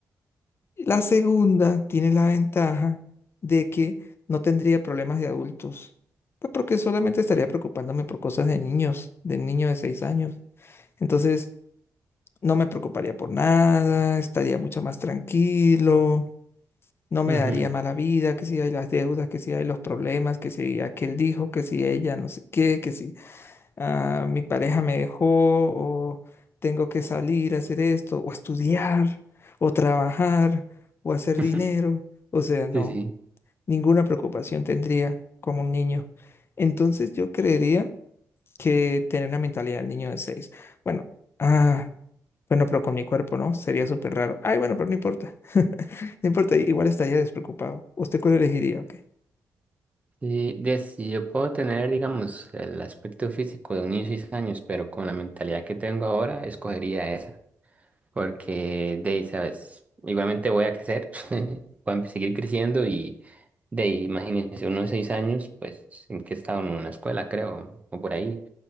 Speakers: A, on the left (about 40°); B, on the right (about 25°).
A: La segunda tiene la ventaja de que no tendría problemas de adultos. Pues porque solamente estaría preocupándome por cosas de niños, de niño de seis años. Entonces, no me preocuparía por nada, estaría mucho más tranquilo. no me
B: Ujú.
A: daría mala vida, que si hay las deudas, que si hay los problemas, que si aquel dijo, que si ella no sé qué, que si ah, mi pareja me dejó o tengo que salir a hacer esto o estudiar o trabajar o hacer
B: <laughs>
A: dinero. O sea, no,
B: Sí, sí.
A: ninguna preocupación tendría como un niño. Entonces yo creería que tener la mentalidad del niño de seis Bueno, ah, bueno, pero con mi cuerpo, ¿no? Sería súper raro. Ay, bueno, pero no importa. <laughs> No importa, igual estaría despreocupado. ¿Usted cuál elegiría? ok?
B: Sí, de- si yo puedo tener, digamos, el aspecto físico de un niño de 6 años, pero con la mentalidad que tengo ahora, escogería esa. porque de ahí, sabes, igualmente voy a crecer, <laughs> voy a seguir creciendo y de ahí, imagínense, unos seis años, pues, en que he estado en una escuela, creo, o por ahí.